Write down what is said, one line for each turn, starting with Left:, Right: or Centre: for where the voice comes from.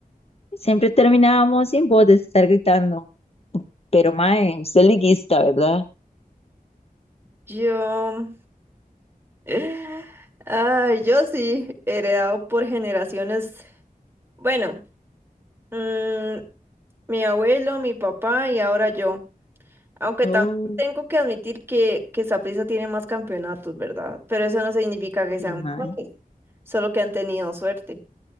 Left: Siempre terminábamos sin voz de estar gritando. Pero, mae, usted es liguista, ¿verdad?
Right: yo. <sighs> Ah, yo sí, heredado por generaciones. Bueno, mm, mi abuelo, mi papá y ahora yo. Aunque
Left: Oh,
Right: también tengo que admitir que, que Saprissa tiene más campeonatos, ¿verdad? Pero eso no significa que
Left: Sí,
Right: sean
Left: mae.
Right: mejores, solo que han tenido suerte.